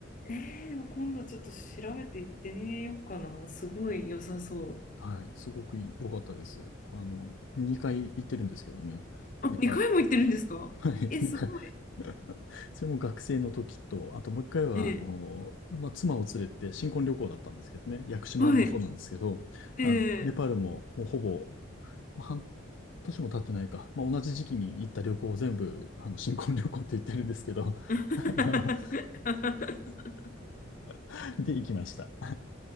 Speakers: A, on the left (about 40°); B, on the left (about 70°).
A: ええ、でも今度ちょっと調べて行ってみようかな。すごい良さそ
B: はい、すごく良かったです。あの、2回行ってるんですけどね、
A: う。あ、
B: ネパールは。
A: 2回も行ってるんですかえ、
B: はい、
A: すごい。
B: 2回。<laughs> それも学生の時と、あともう一回は、
A: ええ。
B: あの、まあ、妻を連れて新婚旅行だったんですけどね、屋久島もそうなんですけど、
A: はい。ええ。
B: あの、ネパールももうほぼ半年も経ってないか。まあ、同じ時期に行った旅行を全部、あの、新婚旅行って言ってるんですけど、<laughs>
A: <laughs>
B: あの <laughs> で、行きました。